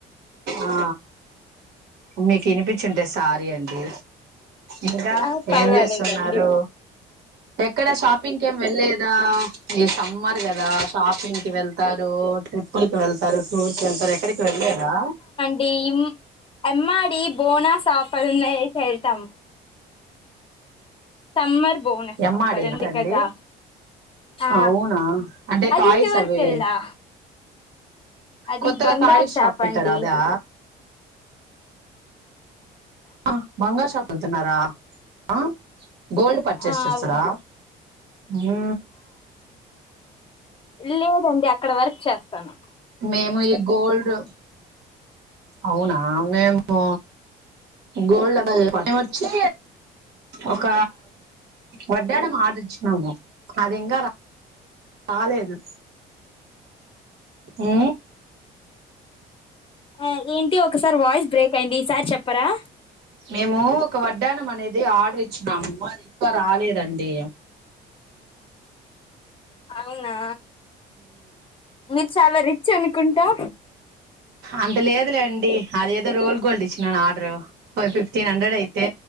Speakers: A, on the right (about 75°); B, on the left (about 30°).
A: ఆ మీకు వినిపించింటే సారీ అండి ఇంకా
B: ఆ పర్వాలేదండి
A: ఏం చేస్తున్నారు ఎక్కడ షాపింగ్ ఏం వెళ్లేదా ఈ సమ్మర్ కదా షాపింగ్ కి వెళ్తారు ట్రిప్పుి వెళ్తారు టూర్ ంటరు ఎక్కడికి వెలేదా
B: డీ ఈమె ఆమ్మాడి బోనాస్ ఆఫర్ ఉన్నయి అయితే వెళ్తాం. సమ్మర్ బోనస్
A: ఎమ్మాడ
B: ఆఫర్ ఉంది
A: నా అండి
B: కదా ఆ
A: అవునా అంటే
B: అది
A: టాయ్స్
B: ఇంతవరకు
A: అవి
B: తెల్దా అది
A: కొత్తగా
B: బంగారు
A: టాయ్స్ షాప్ పెట్టార
B: అండి
A: అదా ఆ బంగారు షాప్ పోతున్నారా ఆ గోల్డ్ పర్చేస్
B: ఆ
A: చేస్తారా
B: అవును
A: ఆ
B: లీవ్ పంపి అక్కడ వర్క్ చేస్తాను
A: ఏమో ఈ గోల్డ్ అవునా మేము గోల్డ్ వచ్చి ఒక వడ్డడం ఆర్డర్ ఇచ్చినాము అది ఇంకా రా రాలేదు ఉ
B: ఆ ఏంటి ఒకసారి వాయిస్ బ్రేక్ అయింది ఈ సార్ చెప్పరా
A: మేము ఒక వడ్డానం అనేది ఆర్డర్ ఇచ్చినాము అది ఇంకా రాలేదండి.
B: అవునా మీర్ చాలరి చనుకుంటా
A: అంత లేదులేండి అద ఏదో రోల్ గోల్డ్ ఇచ్చినాను ఆర్డర్ ఫ ఫిఫ్టీన్ హండ్రెడ్ అయితే.